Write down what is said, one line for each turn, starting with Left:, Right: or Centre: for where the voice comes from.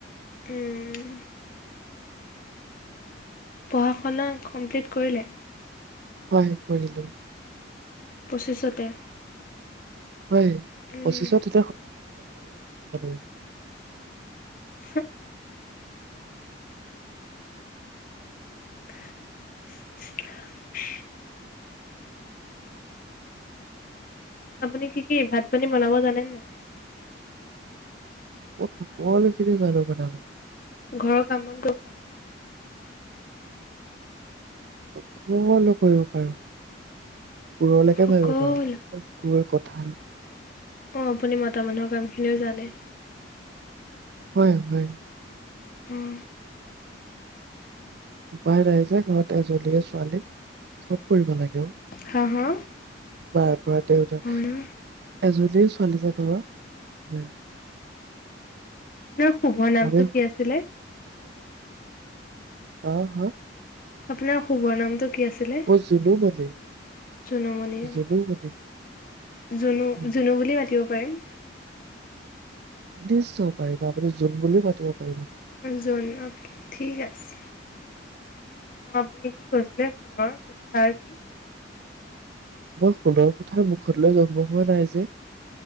Left: উম। পঢ়া-শুনা কমপ্লিট কৰিলে?
Right: হয় কৰিলোঁ।
Left: পঁচিছতে
Right: হয়,
Left: উম,
Right: পঁচিছত এ <unintelligible> <unintelligible>
Left: <unintelligible> <unintelligible> আপুনি কি, কি ভাত-পানী বনাব জানেনে নাই?
Right: মই সকলোখিনি জানোঁ বনাব।
Left: ঘৰৰ কাম-বন কৰিব পাৰে?
Right: সকলো কৰিব পাৰোঁ। পুৰণাকে
Left: সকলো।
Right: ভাবিব পাৰো <unintelligible> ভাল
Left: অ আপুনি মতা মানুহৰ কামখিনিও জানে
Right: হয় হয়
Left: উম
Right: উপায় নাই যে ঘৰত এজনলীয়ে ছোৱালী চব কৰিব লাগেও
Left: হা হা?
Right: তাৰ পৰা দেত
Left: হয় অ'।
Right: এজন দু ছোৱালী জ ঘৰ
Left: আপোনাৰ শুভ নামটো
Right: আমি
Left: কি আছিলে
Right: অহ হ
Left: আপোনাৰ শুভ নামটো কি আছিলে
Right: মই জুনু মানে
Left: জুনুমণি
Right: জুনু মানে
Left: জুনু
Right: হয়
Left: জুনু বুলি মাতিব পাৰিম
Right: নিশ্চয় পাৰিব আপুনি জোন বুলিও মাতিব পাৰিব
Left: জ ঠিক আছে অ আপুনি কি কৈছিলে সোণৰ কোঠ কি
Right: মই সোণৰ কোঠাৰ মুখত লৈ জন্ম হোৱা নাই যে